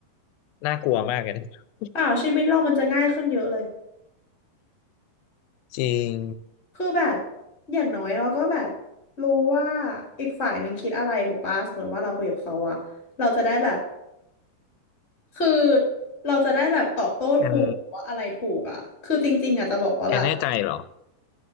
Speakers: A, on the left (about 85°); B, on the left (about 30°).
A: น่ากลัวมากเลยนะ
B: เปล่าชีวิตเรามันจะง่ายขึ้นเยอะเลย
A: จริง
B: คือแบบอย่างน้อยเราก็แบบรู้ว่าอีกฝ่ายหนึ่งคิดอะไรถูกป่ะสมมติว่าเราคุยกับเขาอะเราจะได้แบบ คือเราจะได้แบบตอบโต้ถูกว่าอะไรถูกอ่ะคือจริงๆอ่ะจะบอกว่าแบบ
A: แกนแกแน่ใจเหรอ